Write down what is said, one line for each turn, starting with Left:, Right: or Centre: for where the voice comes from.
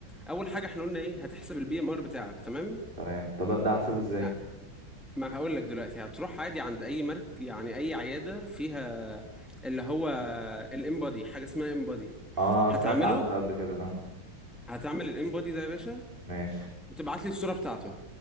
Centre: اول حاجه احنا قلنا ايه هتحسب البي ام ار بتاعك تمام
Right: تمام طب ده احسبه ازاي
Centre: يعني ما هقول لك دلوقتي هتروح عادي عند اي مرك يعني اي عياده فيها اللي هو الامبادي حاجه اسمها امبادي
Right: اه
Centre: هتعمله
Right: سمعت عنه ده قبل كده اه
Centre: هتعمل الانبودي ده يا باشا
Right: ماشي
Centre: وتبعت لي الصوره بتاعته